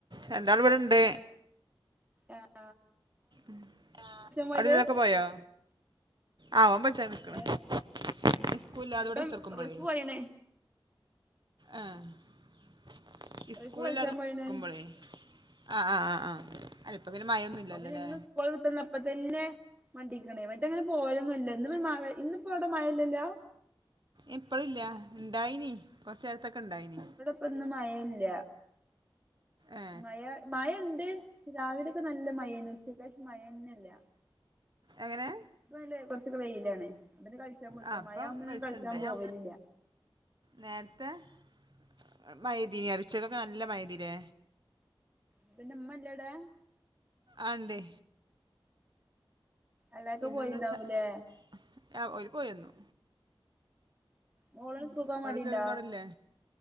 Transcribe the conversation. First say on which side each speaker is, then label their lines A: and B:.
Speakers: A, on the right (about 55°); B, on the right (about 20°).
A: രണ്ടാൾ ഇവിടണ്ട്
B: ഏ..
A: മ് ആ
B: പോയത്
A: അലവിയാക്ക പോയോ? ആ ഓൻ <inaudible>
B: ഏ
A: സ്കൂൽ ഇല്ലാതെ
B: ഇപ്പം
A: ഇവടെ കുത്തിർക്കുമ്പോഴേ
B: റിഫു പോയണേ
A: ആഹ് ഇസ് ഇസ്കൂളില്ലാതെ
B: റിഫു കളിച്ചാൻ
A: നിക്കുമ്പളേ
B: പോയണേ
A: ആഹ് ആഹ് ആഹ് ആഹ് അല്ല ഇപ്പ പിന്നെ മയൊന്നും ഇല്ലല്ലോലെ
B: ഓൻ പിന്നെ ഇന്ന് സ്കൂൾ വിട്ട്ന്നപ്പത്തന്നെ മണ്ടിക്ക്ണ് മറ്റങ്ങനെ പോവാലോന്നൂല്ല ഇന്ന് വര് മ വെ ഇന്ന് ഇപ്പൊ അവടെ മയ ഇല്ലല്ലോ
A: ഇപ്പളില്ല ഇണ്ടായിനി കൊറച്ചേരത്തൊക്കെ ഇണ്ടായിനി
B: ഇപ്പൊന്നും മയ ഇല്ല
A: ഏ
B: മയ മഴണ്ട് രാവിലൊക്കെ നല്ല മഴേന്നു ഉച്ചക്കേഷം മഴന്നെല്ല
A: എങ്ങനെ
B: ഇപ്പല്ലേ കുറച്ചൊക്കെ വെയിലാണ് അപ്പൊന്നെ കൾച്ചാൻ പോയ്‌ക്ക്ണ്
A: ആ അപ്പം
B: മഴാവുമ്പോന്നെ
A: വിളിച്ചിട്ടുണ്ട്
B: കൾച്ചാൻ പോവലില്ല
A: നേരത്തെ <unintelligible> നല്ല മഴയ്തിലേ
B: ഇത് ന്റെമ്മ ല്ലടേ
A: ആഎന്തെ?
B: എളേക്ക
A: പിന്നെന്താച്ചാആ
B: പോയിണ്ടാവൂലേ
A: ഓല് പോയിര്ന്നു.
B: മോളിന്
A: ഉം
B: സ്കൂൾക്കോവാൻ
A: അവ്ടെല്ലോലൊന്നും
B: മടിണ്ടാ
A: അവ്ടെല്ലേ